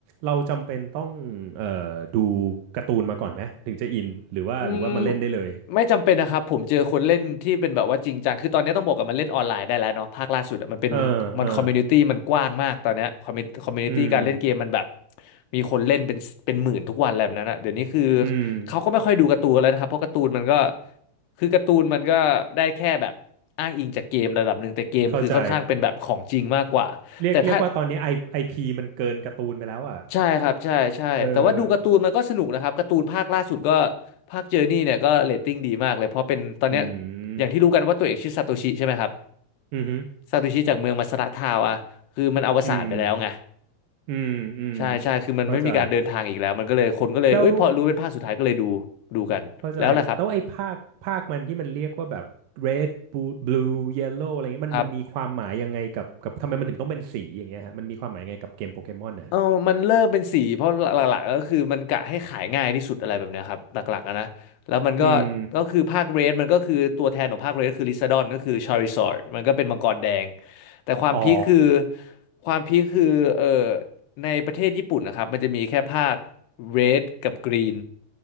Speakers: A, on the right; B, on the left.
A: เราจำเป็นต้องเอ่อดูการ์ตูนมาก่อนไหม ถึงจะอินหรือว่าหรือว่ามาเล่นได้เลย
B: อืมไม่จำเป็นนะครับผมเจอคนเล่นที่เป็นแบบว่าจริงจังคือตอนนี้ต้องบอกกันมันเล่นออนไลน์ได้แล้วเนาะภาคล่าสุดอะมันเป็นมันคอมมูนิตี้มันกว้างมากตอนเนี้ยคอมมิคอมมูนิตี้การเล่นเกมมันแบบ
A: เออเอออืม
B: มีคนเล่นเป็นเป็นหมื่นทุกวันอะไรแบบนั้นอะเดี๋ยวนี้คือ
A: อืม
B: เขาก็ไม่ค่อยดูการ์ตูนแล้วนะครับเพราะการ์ตูนมันก็คือการ์ตูนมันก็ได้แค่แบบอ้างอิงจากเกมระดับหนึ่งแต่เกมคือค่อนข้างเป็นแบบของจริงมากกว่าแต่ถ้า
A: เข้าใจเรียกเรียกว่าตอนนี้ไอไอพีมันเกินการ์ตูนไปแล้วอ่ะ
B: ใช่ครับใช่ใช่แต่ว่าดูการ์ตูนมันก็สนุกนะครับการ์ตูนภาคล่าสุดก็
A: เออ
B: ภาคเจอร์นี่เนี่ยก็เรตติ้งดีมากเลยเพราะเป็นตอนเนี้ย
A: อื
B: อย่างที่รู้กันว่าตัวเอกชื่อซาโตชิใช่ไหมครับ
A: มอืมอหือ
B: ซาโตชิจากเมืองมัสระทาวอะคือมันอวสานไปแล้วไง
A: อืมอืมอืม
B: ใช่ใช่คือมันไม่มีการเดินทางอีกแล้วมันก็เลยคนก็เลยเอ้ยพอรู้เป็นภาคสุดท้ายก็เลยดู
A: เข้าใจ แล้ว
B: ดูกันแล้วแหละครับ
A: เข้าใจแล้วไอ้ภาคภาคมันที่มันเรียกว่าแบบ red blue blue yellow อะไรเงี้ยมันมันมีความหมายยังไงกับกับทำไมมันถึงต้องเป็นสีอย่างเงี้ยฮะมันมีความหมายยังไงกับเกมโปเกมอนนะฮะ
B: ครับ เออมันเริ่มเป็นสีเพราะหลักๆก็คือมันกะให้ขายง่ายที่สุดอะไรแบบเนี้ยครับหลักๆอะนะแล้วมันก็ก็คือภาคเรดมันก็คือตัวแทนของภาคเรดคือลิซาดอนก็คือชาริซอร์ดมันก็เป็นมังกรแดง
A: อืม
B: แต่ความพีคคือ
A: อ๋อ
B: ความพีคคือเออในประเทศญี่ปุ่นนะครับมันจะมีแค่ภาคเรดกับกรีน